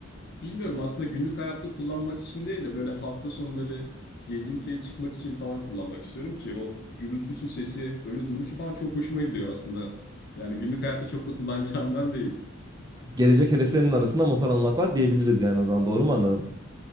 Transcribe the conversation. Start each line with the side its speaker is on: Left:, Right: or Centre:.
Left: Bilmiyorum aslında günlük hayatta kullanmak için değil de böyle hafta sonları gezintiye çıkmak için falan kullanmak istiyorum ki o gürültüsü sesi böyle duruşu falan çok hoşuma gidiyor aslında. Yani günlük hayatta çok da kullanacağımdan değil.
Right: Gelecek hedeflerinin arasında motor almak var diyebiliriz yani o zaman doğru mu anladım?